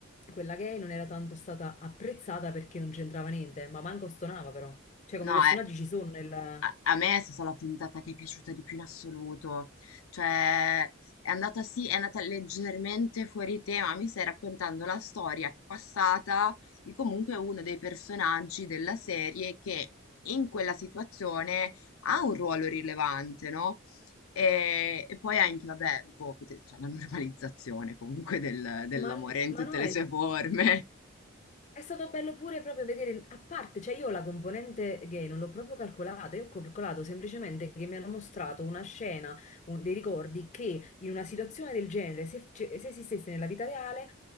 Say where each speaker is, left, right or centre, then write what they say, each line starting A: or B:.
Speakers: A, on the left; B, on the left.
A: quella gay, non era tanto stata apprezzata perché non c'entrava niente, ma manco stonava però. Cioè come
B: No,
A: personaggi
B: è,
A: ci sono nel...
B: A a me è stata la puntata che è piaciuta di più in assoluto. Cioè, è andata sì, è andata leggermente fuori tema. Mi stai raccontando la storia passata di comunque uno dei personaggi della serie che in quella situazione ha un ruolo rilevante, no? E, e poi anche, vabbè, boh, pote- cioè, la normalizzazione comunque del- dell'amore
A: Ma,
B: in
A: ma
B: tutte
A: no,
B: le
A: è
B: sue forme. <laughs>
A: È stato bello pure proprio vedere, a parte, cioè io la componente gay non l'ho proprio calcolata, io ho calcolato semplicemente che mi hanno mostrato una scena, un- dei ricordi che in una situazione del genere, se, ce- se esistesse nella vita reale,